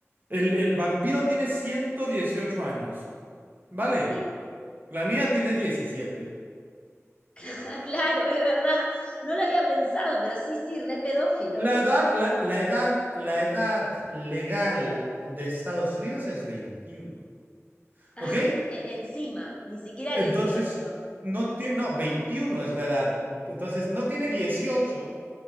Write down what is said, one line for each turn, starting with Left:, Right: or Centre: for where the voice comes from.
Right: el, el vampiro tiene 118 años. Vale,
Left: sí.
Right: la niña tiene 17.
Left: <laughs> Ah, claro, es verdad. No lo había pensado, pero sí, sí, re pedófilo.
Right: La edad, la, la edad, la edad legal de Estados Unidos es 21,
Left: <laughs>
Right: ¿ok?
Left: e- Encima, ni siquiera
Right: Entonces,
Left: dieciocho
Right: no tiene, no, 21 es la edad. Entonces, no tiene 18,